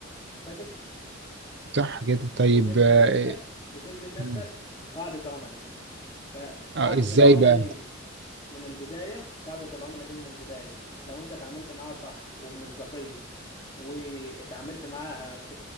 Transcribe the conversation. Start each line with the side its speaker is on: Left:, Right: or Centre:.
Left: فتكسب
Right: صح كده طيب
Left: وتبني
Right: آه،
Left: لنفسك وتبني لنفسك
Right: آه،
Left: قاعدة عملاء فقاعدة
Right: آه، ازاي
Left: العملاء
Right: بقى
Left: دي من البداية قاعدة العملاء دي من البداية لو انت اتعاملت معاها صح وبمصداقية واتعاملت معاها ب...